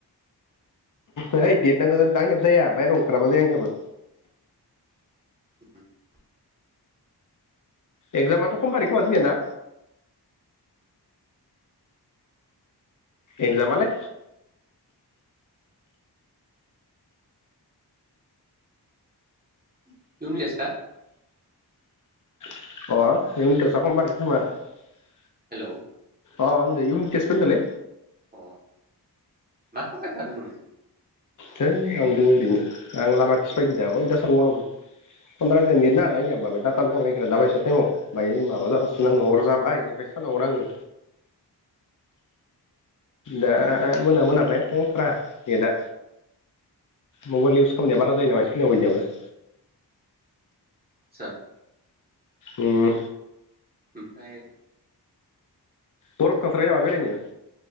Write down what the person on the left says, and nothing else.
ओइ नेत नांगौ आंनियाबो जाया बाहेराव ओंखाराबा जाया आंनियाबो।
एगजामाथ' खमबारै खोमा जोंनिया ना? एक्जामालै
<unintelligible>
अ इउनि टेस्ट होनदोंनलै।
है आं दों ओरैनो आं लामाखैसो फैयदों दा अयथासार गरम। फन रायलायनो
नेट नाङाना ओयाव होमबाबो डाटा नांनो नागिरा दाबायसा टाइमाव बाय माबा जाबासो नाङो हर जाबाय इनिफ्राय सानाव नाङो दा मोना मोनाबाय नांथारा गेटआ मबेल इउस खालामनाया बारा जायो नामा <unintelligible>
उम।
बरबो थांथाराखै नामा बेरायनो।